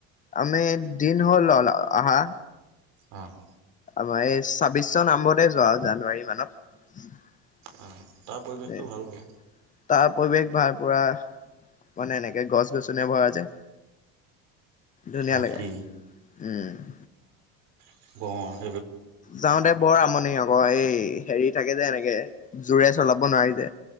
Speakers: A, on the left; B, on the right.
A: আমি দিন হ'ল আহা।
B: অ'।
A: আমাৰ এই ছাব্বিশ চন আৰম্ভ হওঁতে যোৱা জানুৱাৰী মানত।
B: অঁ তাৰ পৰিৱেশটো ভাল বাৰু
A: তাৰ পৰিৱেশ ভাল পুৰা মানে গছ গছনি ভৰা যে ধুনীয়া
B: হাতী
A: লাগে উম।
B: অ'
A: যাওঁ দে বৰ আমনি আকৌ এই হেৰি থাকে যে এনেকে, জোৰে চলাব নোৱাৰি যে।